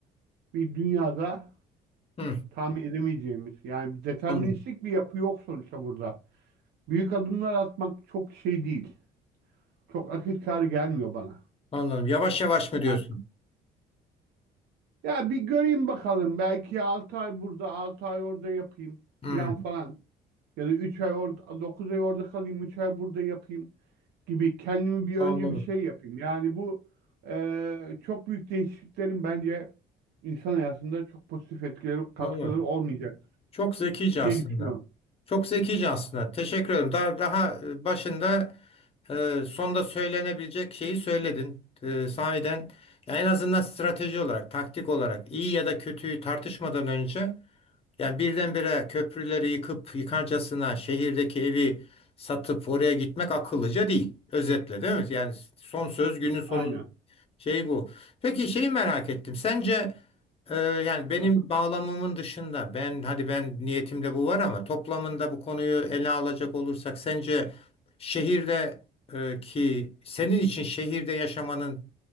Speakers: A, on the right; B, on the left.
A: bir dünyada
B: Hı,
A: tahmin edemeyeceğimiz yani deterministik
B: anladım.
A: bir yapı yok sonuçta burada. Büyük adımlar atmak çok şey değil. Çok akıl kârı gelmiyor bana.
B: Anladım. Yavaş yavaş mı diyorsun?
A: Yani, ya bir göreyim bakalım. Belki 6 ay burada, 6 ay orada yapayım
B: Hı,
A: falan falan. Ya da 3 ay orada, 9 ay orada kalayım, 3 ay burada yapayım gibi kendimi bir
B: anladım.
A: önce bir şey yapayım. Yani bu e, çok büyük değişikliklerin bence insan hayatında çok pozitif etkileri, katkıları
B: Anladım.
A: olmayacaktır
B: Çok zekice aslında.
A: diye düşünüyorum.
B: Çok zekice aslında. Teşekkür ederim. Daha, daha e, başında e, sonda söylenebilecek şeyi söyledin. E, sahiden ya en azından strateji olarak, taktik olarak iyi ya da kötüyü tartışmadan önce yani birdenbire köprüleri yıkıp yıkarcasına şehirdeki evi satıp oraya gitmek akıllıca değil. Özetle değil mi? Yani son söz günün sonu
A: Aynen.
B: şey bu. Peki şeyi merak ettim. Sence e, yani benim
A: Hı hı.
B: bağlamımın dışında ben hadi ben niyetimde bu var ama toplamında bu konuyu ele alacak olursak sence şehirde e, ki senin için şehirde yaşamanın